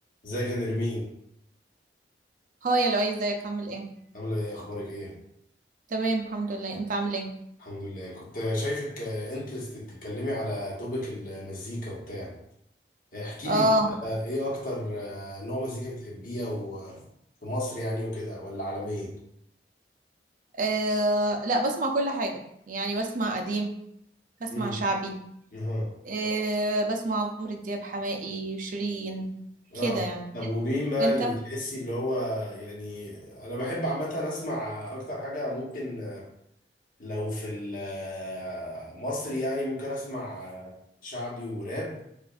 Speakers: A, on the left; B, on the right.
A: ازيك يا نرمين
B: هاي يا لؤي ازيك عامل ايه
A: عامله ايه اخبارك ايه
B: تمام الحمد لله انت عامل ايه
A: الحمد لله كنت شايفك انترست تتكلمي على توبيك المزيكا وبتاع احكي
B: اه
A: لي كده آه، ايه اكتر آه، نوع مزيكا بتحبيه او آه، في مصر يعني وكده ولا عالميا
B: آه، لا بسمع كل حاجه يعني بسمع قديم بسمع
A: امم
B: شعبي
A: اها
B: آه بسمع عمرو دياب حماقي شيرين
A: اه
B: كده يعني
A: طب ومين بقى
B: وانت
A: اللي بتحسي اللي هو يعني انا بحب عامه اسمع اكتر حاجه ممكن آه، لو في المصري يعني ممكن اسمع آه، شعبي وراب